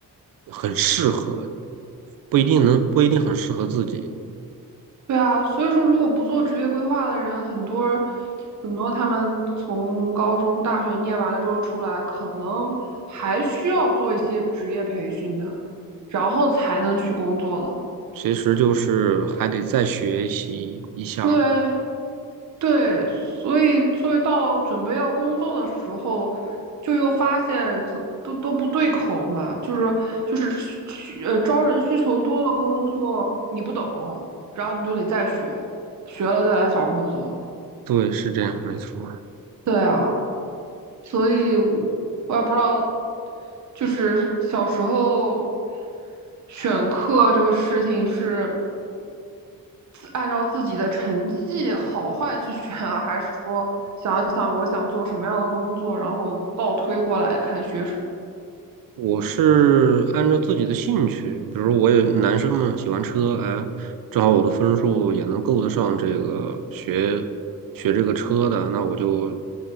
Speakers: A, on the right; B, on the right.
A: 很适合，不一定能，不一定很适合自己。
B: 对啊，所以说如果不做职业规划的人，很多很多他们从高中、大学念完了之后出来，可能还需要做一些职业培训的，然后才能去工作的。
A: 其实就是还得再学习一下儿
B: 对，对，所以所以到准备要工作的时候，就又发现怎都都不对口嘛，就是就是需呃招人需求多的工作你不懂，然后你就得再学，学了再来找工作。
A: 对，是这样，没错儿
B: 对啊，所以我我也不知道，就是小时候选课这个事情是。按照自己的成绩好坏去选啊，还是说想一想我想做什么样的工作，然后倒推过来看学什么？
A: 我是按照自己的兴趣，比如我也男生嘛，喜欢车，哎，正好我的分数也能够得上这个学学这个车的，那我就